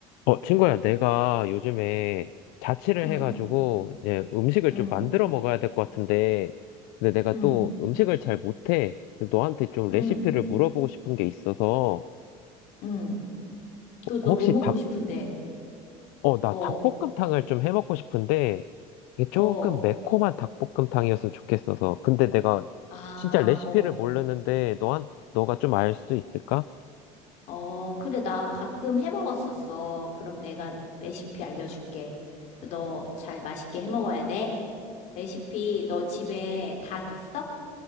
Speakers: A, on the left; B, on the left.
A: 어, 친구야, 내가 요즘에 자취를
B: 응,
A: 해가지고 이제 음식을
B: 응,
A: 좀 만들어 먹어야 될 것 같은데, 근데 내가
B: 응,
A: 또 음식을 잘 못해. 근데 너한테 좀 레시피를
B: 응,
A: 물어보고 싶은 게 있어서,
B: 응. 그,
A: 혹시
B: 너 뭐 먹고
A: 닭,
B: 싶은데?
A: 어, 나
B: 어,
A: 닭볶음탕을 좀 해 먹고 싶은데, 이게 조금
B: 어,
A: 매콤한 닭볶음탕이었으면 좋겠어서. 근데 내가
B: 아,
A: 진짜 레시피를
B: 어,
A: 모르는데, 너한, 너가 좀 알 수 있을까?
B: 어, 그래, 나 가끔 해 먹었었어. 그럼 내가 레시피 알려줄게. 너 잘 맛있게 해 먹어야 돼. 레시피, 너 집에 닭 있어?